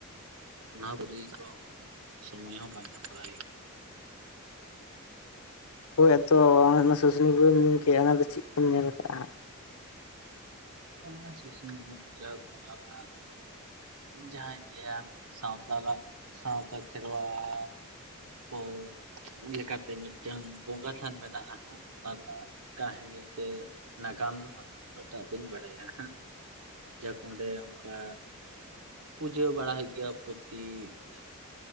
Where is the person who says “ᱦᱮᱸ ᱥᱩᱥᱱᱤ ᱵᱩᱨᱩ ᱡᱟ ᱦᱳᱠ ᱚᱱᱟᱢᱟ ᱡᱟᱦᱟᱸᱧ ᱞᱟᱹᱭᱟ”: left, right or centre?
Right